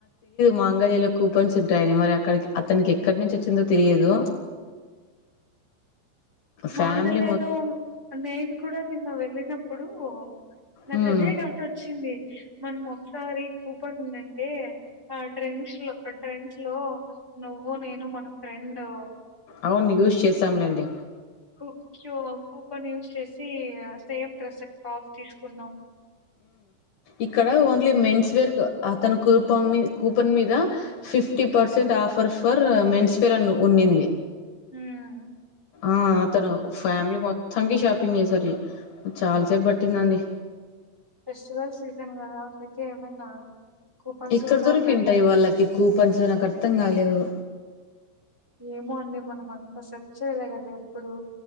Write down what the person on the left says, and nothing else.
మాంగళ్యా లో కూపన్స్ ఉంటాయని మరి అక్కడకీ అతన్కి ఎక్కడి నుంచి వచ్చిందో తెలియదు.
ఫ్యామిలీ మొ
హ్మ్.
అవును యూస్ చేసాం లేండి.
ఇక్కడ ఓన్లీ మెన్స్వేర్ అ అతని కూపన్ కూపన్ మీద, fifty percent offer for menswear అని ఉన్నింది.
ఆ అతను ఫ్యామిలి మొత్తంకి షాపింగ్ చేసారు చాలాసెపట్టిందండి.
ఎక్కడ
దొరికింటాయి
వాళ్ళకి కూపన్సు నాకర్థంకలేదు.